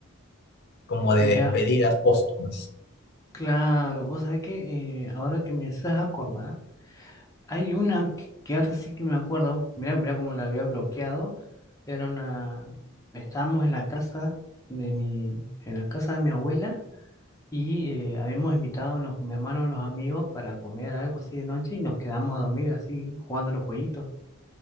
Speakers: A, on the left; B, on the left.
A: como de
B: Mirá,
A: despedidas póstumas.
B: Claro, vos sabés que eh, ahora que me estás acordar, hay una que, que ahora sí que me acuerdo, mira, mira cómo la había bloqueado, era una, estábamos en la casa de mi, en la casa de mi abuela y eh, habíamos invitado unos- con mi hermano y unos amigos para comer algo así de noche y nos quedamos a dormir así jugando a los jueguitos.